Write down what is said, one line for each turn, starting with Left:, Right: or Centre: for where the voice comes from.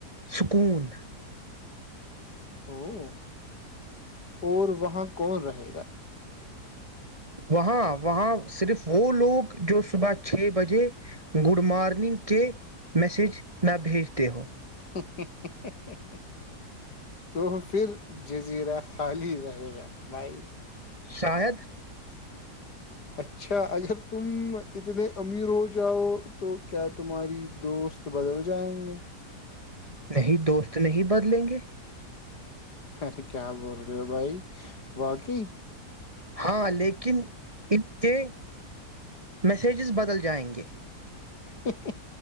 Right: سکون
Left: ہو اور وہاں کون رہے گا
Right: وہاں وہاں صرف وہ لوگ جو صبح چھ بجے گڈ مارننگ کے میسج نہ بھیجتے ہو
Left: ہا ہا تو پھر جزیرہ خالی رہے گا بھائی
Right: شاید
Left: اچھا اگر تم اتنے امیر ہو جاؤ تو کیا تمہاری دوست بدل جائیں گے
Right: نہیں دوست نہیں بدلیں گے
Left: ارے کیا بول رہے ہو بھائی واقعی
Right: ہاں لیکن ان کے میسجز بدل جائیں گے
Left: ہا ہا